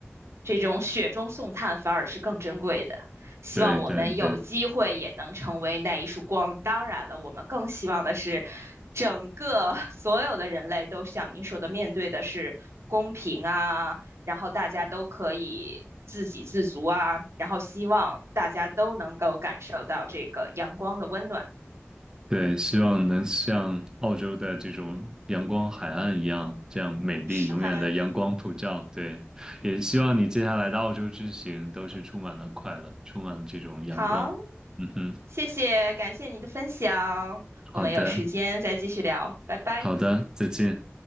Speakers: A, on the right; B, on the right.
A: 这种雪中送炭反而是更珍贵的。希望我们有机会也能成为那一束光。
B: 对对对
A: 当然了，我们更希望的是，整个 <laughs> 所有的人类都像您说的，面对的是公平啊，然后大家都可以自给自足啊，然后希望大家都能够感受到这个阳光的温暖。
B: 对，希望能像澳洲的这种阳光海岸一样，这样美丽永远的阳光普照。
A: 好
B: 对，也希望你接下来的澳洲之行都是充满了快乐，充满了这种阳光。
A: 好，
B: 嗯哼，
A: 谢谢，感谢你的分享，我们有时间再继续聊，
B: 好的。
A: 拜拜。
B: 好的，再见。